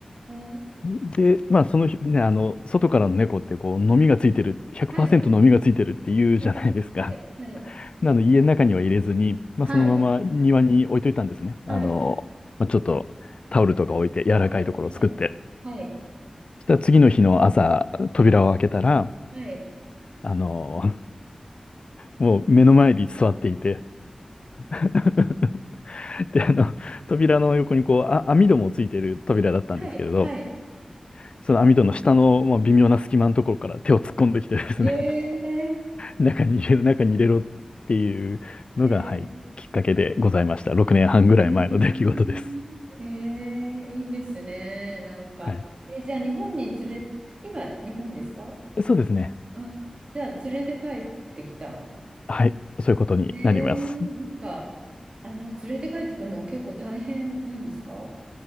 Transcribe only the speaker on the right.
ー、
はい、はい
はい、はい、はい、
はい、
はい、
はい、はい、はい、
はい、
はい、はい、
えいえ
ー、え
ー、えー、えー、いいですね、なんか。
え、じゃあ、日本に連れ、今、日本ですか
あ、じゃあ、連れて帰ってきた。
えー、なんか、あの、連れて帰ってくるの結構大変なんですかは